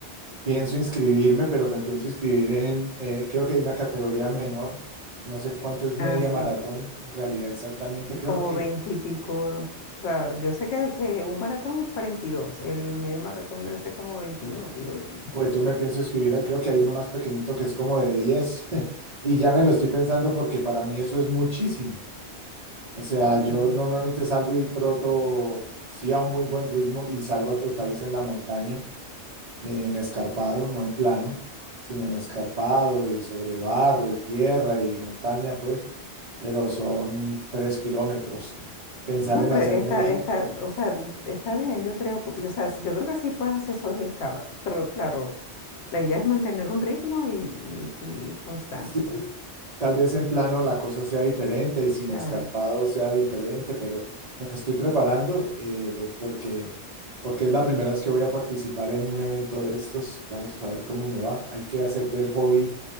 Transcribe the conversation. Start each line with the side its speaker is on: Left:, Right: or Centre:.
Right: Pienso inscribirme, pero me pienso inscribir en, eh, creo que hay una categoría menor. No sé cuánto es media
Left: Ah, sí.
Right: maratón en realidad exactamente. Creo
Left: Como
Right: que,
Left: 20 y pico. O sea, yo sé que, que un maratón es cuarenta y dos el medio maratón debe ser como veintiuno digo yo, no sé,
Right: pues
Left: por
Right: yo
Left: ahí.
Right: me pienso inscribir, creo que hay uno más pequeñito que es como de 10 <laughs> y ya me lo estoy pensando porque para mí eso es muchísimo. O sea,
Left: Mm,
Right: yo
Left: Ya.
Right: normalmente salgo y troto, sí, a un muy buen ritmo y salgo a trotar es en la montaña, en escarpado, no en plano, sino en escarpado y sobre barro y tierra y montaña, pues, pero son tres kilómetros. Pensar
Left: No,
Right: en
Left: pero
Right: hacerme,
Left: está,
Right: di-
Left: está, o sea, está bien, yo creo, porque, o sea, yo creo que sí puedes hacer esos 10 cava, pero claro, la idea es mantener un ritmo y, y y constante,
Right: sí,
Left: pues,
Right: Tal vez en plano la cosa sea diferente y sin
Left: claro.
Right: escarpado sea diferente, pero me estoy preparando eh, porque, porque es la primera vez que voy a participar en un evento de estos. Vamos a ver cómo me va. Hay que hacer del hobby,